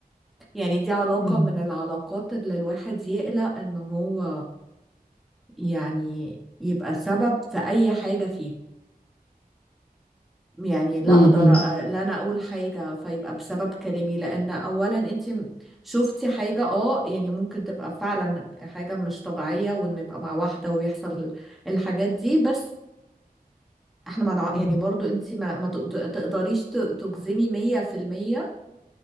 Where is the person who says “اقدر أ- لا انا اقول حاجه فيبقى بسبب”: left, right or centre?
Centre